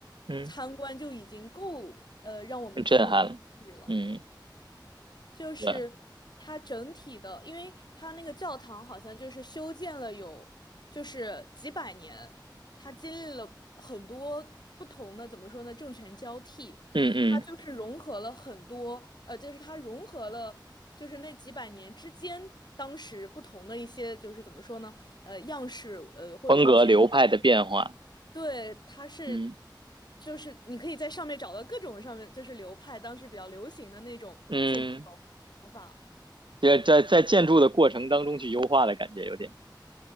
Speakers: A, on the right (about 85°); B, on the left (about 60°).
A: 嗯，
B: 参观就已经够呃让我们叹为观止了。
A: 很震撼了。嗯，
B: 就是它整体的，
A: 对，
B: 因为它那个教堂好像就是修建了有就是几百年，它经历了很多不同的，怎么说呢，政权交替，
A: 嗯嗯，
B: 它就是融合了很多，呃，就是它融合了就是那几百年之间。当时不同的一些就是怎么说呢？呃，样式，呃，或者说建，
A: 风格流派的变化，
B: 对，它是，
A: 嗯
B: 就是你可以在上面找到各种上面就是流派当时比较流行的那种建筑
A: 嗯，
B: 手法。
A: 在在在建筑的过程当中去优化的感觉有点。